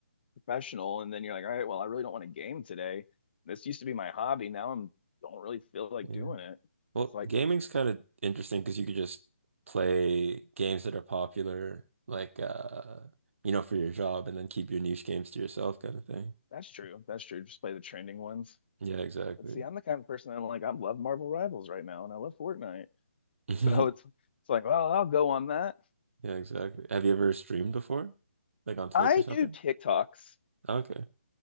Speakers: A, on the left (about 45°); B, on the right (about 60°).
A: professional and then you're like all right well i really don't want to game today this used to be my hobby now i'm don't really feel like
B: yeah.
A: doing it
B: Well,
A: it's like
B: gaming's kind of interesting because you could just play games that are popular, like uh, you know, for your job and then keep your niche games to yourself kind of thing.
A: that's true that's true just play the trending ones
B: Yeah, exactly.
A: but see i'm the kind of person that i'm like i love marvel rivals right now and i love fortnite <laughs>
B: <laughs>
A: so it's it's like well i'll go on that
B: Yeah, exactly. Have you ever streamed before? Like on Twitch
A: i
B: or something?
A: do tiktoks
B: Okay.